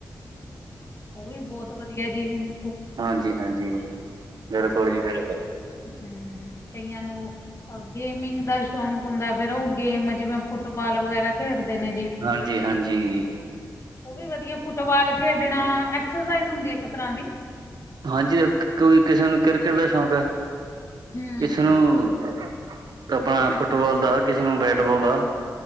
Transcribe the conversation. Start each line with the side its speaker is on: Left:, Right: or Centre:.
Left: ਉਹ, ਵੀ ਬਹੁਤ ਵਧੀਆ ਜੀ ਹੁਣ
Right: ਹਾਂਜੀ, ਹਾਂਜੀ, ਬਿਲਕੁਲ ਜੀ, ਬਿਲਕੁਲ!
Left: ਹਮ ਕਈਆਂ ਨੂੰ। ਗੇਮਿੰਗ ਦਾ ਸ਼ੌਂਕ ਹੁੰਦਾ, ਫਿਰ ਉਹ ਗੇਮ, ਜਿਵੇਂ ਫੁੱਟਬਾਲ ਵਗੈਰਾ ਖੇਡਦੇ। ਤਿੰਨ ਜੀ।
Right: ਹਾਂਜੀ ਹਾਂਜੀ
Left: ਉਹ, ਵੀ ਵਧੀਆ ਫੁੱਟਬਾਲ ਖੇਡਣਾ, ਐਕਸਰਸਾਈਜ਼ ਹੁੰਦੀ ਇੱਕ ਤਰ੍ਹਾਂ ਦੀ।
Right: ਹਾਂਜੀ, ਕੋਈ ਕਿਸੇ ਨੂੰ ਕ੍ਰਿਕਟ ਦਾ ਸ਼ੌਂਕ ਏ, ਕਿਸੇ
Left: ਹੂੰ।
Right: ਕਿਸੇ ਨੂੰ, ਕਪਾਲ ਫੁੱਟਬਾਲ ਦਾ, ਕਿਸੇ ਨੂੰ ਬੈਟਬਾਲ ਦਾ।